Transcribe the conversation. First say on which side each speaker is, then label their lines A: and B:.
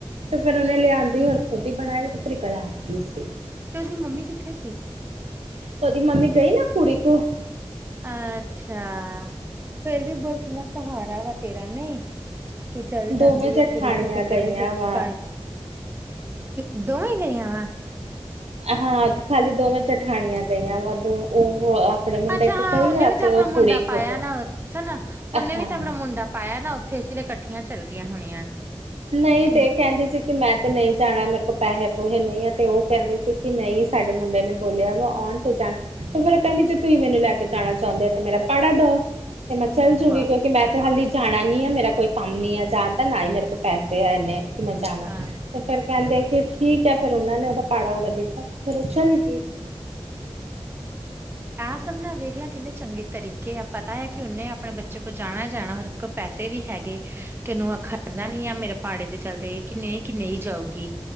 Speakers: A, on the right (about 85°); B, on the right (about 20°).
A: ਤੇ ਫਿਰ ਉਹਨੇ ਲਿਆਂਦੀ ਹੋਰ ਖੁਦ ਹੀ ਬਣਾਈ ਤੇ ਪੂਰੀ ਗਲਾਤੀ ਸੀ।
B: ਤੇ ਉਹਦੀ ਮੰਮੀ ਕਿੱਥੇ ਸੀ?
A: ਉਹਦੀ ਮੰਮੀ ਗਈ ਨਾ ਕੁੜੀ ਕੋਲ
B: ਅੱਛਾ ਫਿਰ ਵੀ ਬੋਲ ਕਿੰਨਾ ਸਹਾਰਾ ਵਾ ਤੇਰਾ ਨਹੀਂ ਕੀ ਚੱਲ ਜਾਂਦੀ
A: ਦੋਵੇਂ ਜਠਾਣੀਆਂ
B: ਆ ਕੁੜੀ ਕੋ ਤੇ
A: ਗਈਆਂ
B: ਫਿਰ ਵੀ ਤੂ
A: ਵਾ
B: ਘਰ ਕਿ ਦੋਵੇਂ ਗਈਆਂ ਵਾ
A: ਹਾਂ ਖਾਲੀ ਦੋਵੇਂ ਜਠਾਣੀਆਂ ਗਈਆਂ ਵਾ ਦੋ ਉਹ ਆਪਣੇ ਮੁੰਡੇ
B: ਅੱਛਾ
A: ਕੋ
B: ਹਾਂ
A: ਗਈ
B: ਉਹਨੇ
A: ਆ
B: ਵੀ
A: ਤੇ
B: ਤਾਂ ਆਪਣਾ
A: ਉਹ
B: ਮੁੰਡਾ
A: ਕੁੜੀ
B: ਪਾਇਆ
A: ਕੋ ਗਈ
B: ਨਾ ਹਨਾ ਉਹਨੇ
A: ਹਾਂ
B: ਵੀ ਤਾਂ ਆਪਣਾ ਮੁੰਡਾ ਪਾਇਆ ਨਾ ਉੱਥੇ ਇਸ ਲਈ ਇਕੱਠੀਆਂ ਚੱਲ ਗਈਆਂ ਹੋਣੀਆਂ।
A: ਨਹੀਂ
B: ਕਿ
A: ਤੇ ਕਹਿੰਦੀ ਸੀ। ਕਿ ਮੈਂ ਤਾਂ ਨਹੀਂ ਜਾਣਾ ਮੇਰੇ ਕੋਲ ਪੈਸੇ- ਪੂਸੇ ਨਹੀਂ ਆ ਅਤੇ ਉਹ ਕਹਿੰਦੇ ਸੀ ਕਿ ਨਹੀਂ ਸਾਡੇ ਮੁੰਡੇ ਨੇ ਬੋਲਿਆ ਵਾ ਆਉਣ ਤੇ ਜਾਣ ਤੇ ਫਿਰ ਕਹਿੰਦੀ ਜੇ ਤੁਸੀਂ ਮੈਨੂੰ ਲੈ ਕੇ ਜਾਣਾ ਚਾਹੁੰਦੇ ਆ ਤੇ ਮੇਰਾ ਪਾੜਾ ਦਓ। ਤੇ ਮੈਂ ਚੱਲ ਜੂਗੀ
B: ਵਾਹ
A: ਕਿਉਂਕਿ ਮੈਂ ਤੇ ਹਾਲੀ ਜਾਣਾ ਨੀ ਆ ਮੇਰਾ ਕੋਈ ਕੰਮ ਨੀ ਆ ਜਾਣ ਦਾ ਨਾ ਹੀ ਮੇਰੇ ਕੋਲ ਪੈਸੇ ਆ ਏਨੇ ਕਿ ਮੈਂ ਜਾਵਾਂ
B: ਹਾਂ
A: ਤੇ ਫਿਰ ਕਿ ਠੀਕ ਆ ਫਿਰ ਉਹਨਾਂ ਨੇ ਉਹਦਾ ਪਾੜਾ- ਵੜਾ ਦਿੱਤਾ ਫਿਰ ਉਹ ਚਲ ਗੀ।
B: ਆ ਸਭ ਨਾ ਵੇਖ ਲੈ ਕਿੰਨੇ ਚੰਗੇ ਤਰੀਕੇ ਆ ਪਤਾ ਆ ਕਿ ਉਹਨੇ ਆਪਣੇ ਬੱਚੇ ਕੋਲ ਜਾਣਾ- ਜਾਣਾ ਵਾ ਪੈਸੇ ਵੀ ਹੈਗੇ ਕੀਨੂੰ ਆਖਨਾ ਆ ਮੇਰੇ ਪਾੜੇ ਦੇ ਚਲਦੇ ਕਿ ਨਹੀਂ ਕਿ ਨਹੀਂ ਜਾਊਗੀ।